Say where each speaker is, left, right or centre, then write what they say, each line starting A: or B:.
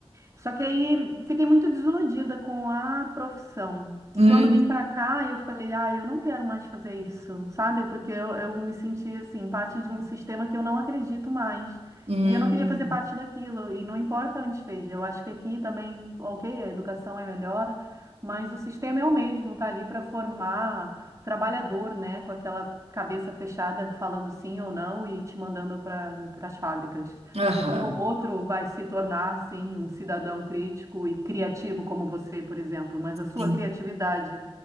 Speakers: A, on the right (about 30°); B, on the right (about 90°).
A: Só que aí fiquei muito desiludida com a profissão.
B: Hum,
A: E quando vim para cá, eu falei, ah, eu não quero mais fazer isso, sabe? Porque eu, eu me senti assim, parte de um sistema que eu não acredito mais.
B: Hum.
A: E eu não queria fazer parte daquilo, e não importa onde esteja. Eu acho que aqui também, ok, a educação é melhor, mas o sistema é o mesmo, tá ali para formar trabalhador, né? Com aquela cabeça fechada, falando sim ou não e te mandando para as fábricas.
B: Aham.
A: Um ou outro vai se tornar, sim, um cidadão crítico e criativo como você, por exemplo, mas a sua
B: Sim,
A: criatividade